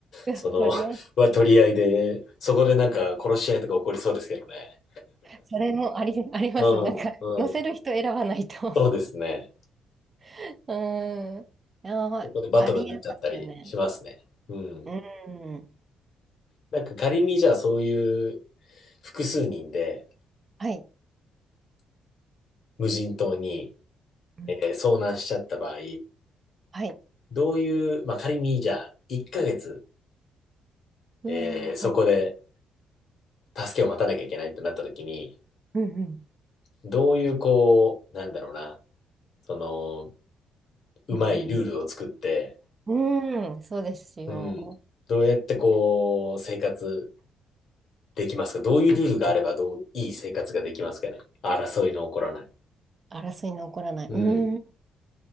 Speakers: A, on the right; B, on the left.
A: うわ取り合い。
B: その、<laughs> は取り合いで、そこでなんか殺し合いとか起こりそうですけどね。
A: それもあり、あります。
B: うん、
A: なんか、
B: うん。
A: 載せる人選ばないと。
B: そうですね。
A: <laughs> うん。あ、
B: そこでバトルになっちゃったりしますね。
A: ありえますよね。
B: うん。
A: うん。
B: なんか仮にじゃあそういう複数人で
A: はい。
B: 無人島に
A: うん
B: えー遭難しちゃった場合、
A: はい。
B: どういう、まあ、仮にじゃあ1ヶ月、
A: うわー、
B: えーそこで
A: はい。
B: 助けを待たなきゃいけないってなった時に、
A: うん
B: どういうこう、なんだろうな、その、うまいルールを作って、
A: うん。うん。うん、そうですよ。
B: うん、どうやってこう、生活できますかどういうルールがあればどう、いい生活ができますかね争いの起こらない。
A: 争いの起こらない。
B: うん、
A: うん。